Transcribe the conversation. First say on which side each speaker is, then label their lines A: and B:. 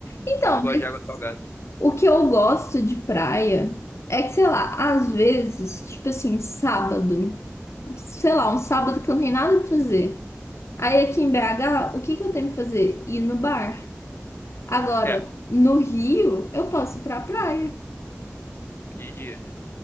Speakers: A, on the left (about 75°); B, on the left (about 55°).
A: Então,
B: eu não gosto
A: mas
B: de água salgada.
A: o que eu gosto de praia é que, sei lá, às vezes, tipo assim, sábado, sei lá, um sábado que eu não tenho nada pra fazer. Aí aqui em BH, o que que eu tenho pra fazer? Ir no bar. Agora,
B: É,
A: no Rio, eu posso ir pra praia
B: de dia, né?